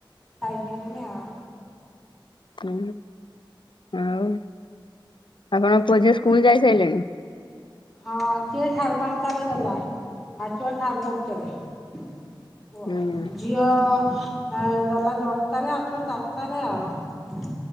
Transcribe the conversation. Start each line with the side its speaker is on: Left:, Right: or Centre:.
Centre: ଖାଇସାରିଲେନି ଆଉ।
Left: ହଁ ଆଉ। ଆପଣ ପୁଅ ଝିଅ ସ୍କୁଲ ଯାଇ ସାରିଲେଣି?
Centre: ହଁ ସିଏ ସାଢ଼େ ପାଞ୍ଚଟାରେ ଗଲା ଆସିବ ସାରେ ଦଶଟାରେ। କୁହ
Left: ଆଜ୍ଞା
Centre: ଝିଅ ଅ ଗଲା ଦଶଟାରେ ଆସିବ ଚାରିଟାରେ ଆଉ।